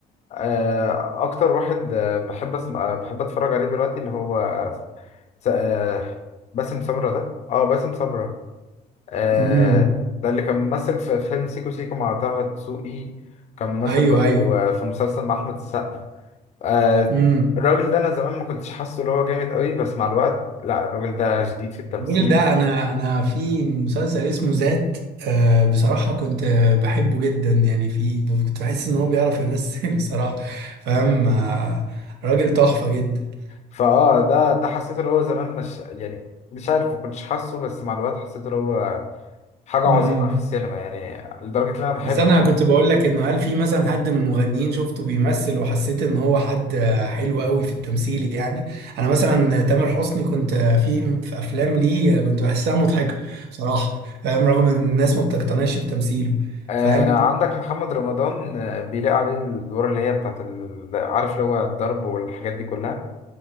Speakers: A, on the left; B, on the right.
A: آه، أكتر واحد آه، بحب أسمع آه، بحب أتفرج عليه دلوقتي اللي هو س- آه، باسم سمرة ده اه باسم سمرة آه،
B: امم
A: ده اللي كان ممثل في فيلم سيكو سيكو مع طه دسوقي كان ممثل
B: ايوه
A: برضو
B: ايوه
A: آه، في مسلسل مع أحمد السقا آه،
B: امم
A: الراجل ده أنا زمان ما كنتش حاسه اللي هو جامد قوي بس مع الوقت لا الراجل ده جديد في التمثيل
B: الراجل ده انا انا في مسلسل اسمه ذات آه بصراحه كنت بحبه جدا يعني في كنت بحس ان هو بيعرف يمثل <laughs> بصراحه فاهم آه راجل تحفه جدا
A: فاه ده ده حسيت ان هو زمان مش يعني مش عارف ما كنتش حاسه بس مع الوقت حسيت ان هو حاجه
B: امم
A: عظيمه في السينما يعني لدرجه ان انا بحب
B: بس انا كنت بقول لك انه هل في مثلا حد من المغنيين شفته بيمثل وحسيت ان هو حد حلو قوي في التمثيل يعني انا مثلا تامر حسني كنت في في افلام ليه كنت بحسها مضحكه بصراحه فاهم رغم ان الناس ما بتقتنعش بتمثيله
A: آه
B: فاهم
A: عندك محمد رمضان آه، بيلاقي عليه الادوار اللي هي بتاعت ال- عارف اللي هو الضرب والحاجات دي كلها